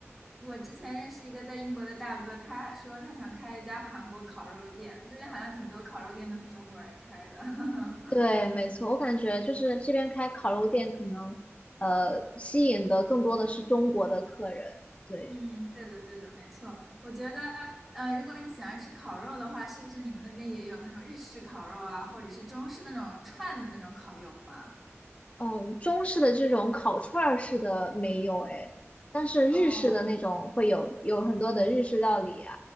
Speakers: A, in the centre; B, on the left.
A: 嗯，我之前认识一个在英国的大哥，他说他想开一家韩国烤肉店，这边好像挺多烤肉店都是中国人开的。<laughs> 嗯。
B: 对，没错，我感觉就是这边开烤肉店可能呃吸引的更多的是中国的客人，对。
A: 嗯，对的，对的，没错。我觉得，呃，如果你喜欢吃烤肉的话，是不是你们那边也有那种日式烤肉啊，或者是中式那种串的那种烤肉吗？
B: 嗯，中式的这种烤串儿式的没有哎，但是日式的那种会有，
A: 哦，
B: 有很多的日式料理啊，